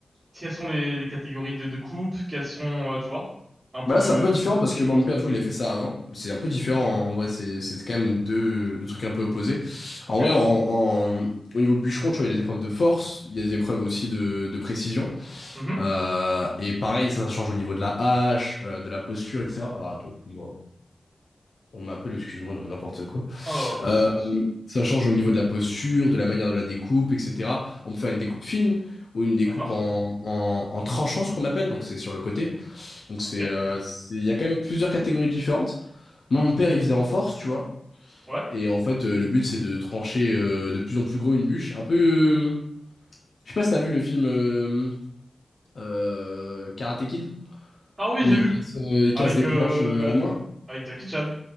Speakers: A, on the right (about 35°); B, on the left (about 65°).
A: quelles sont les, les catégories de, de coupes, quelles sont, euh, tu vois, un peu
B: Bah
A: de.
B: là, c'est un peu différent parce que bon, mon père, du coup, il a fait ça avant. C'est un peu différent en vrai. C'est c'est quand même deux, deux trucs un peu opposés.
A: Ok.
B: En vrai, en, en- au niveau bûcheron, tu vois, il y a des épreuves de force, il y a des épreuves aussi de, de précision.
A: Mhm.
B: Euh, et pareil, ça, ça change au niveau de la hache, euh, de la posture, etc. Alors attends, excuse-moi. On m'appelle, excuse-moi, non mais n'importe quoi.
A: Ah, non, pas
B: Euh,
A: de souci, pas de souci.
B: ça change au niveau de la posture, de la manière de la découpe, etc. On peut faire une découpe fine ou une découpe
A: D'accord.
B: en, en, en tranchant, ce qu'on appelle, donc c'est sur le côté. Donc c'est,
A: Ok.
B: euh, c'est- il y a quand même plusieurs catégories différentes. Moi, mon père, il faisait en force, tu vois.
A: Ouais.
B: Et en fait, euh, le but, c'est de trancher euh, de plus en plus gros une bûche. Un peu, euh, je sais pas si t'as vu le film euh, euh, Karate Kid,
A: Ah oui,
B: où
A: j'ai
B: il
A: vu.
B: casse, euh, il
A: Avec,
B: casse des
A: euh,
B: planches euh, à la main.
A: avec Jackie Chan.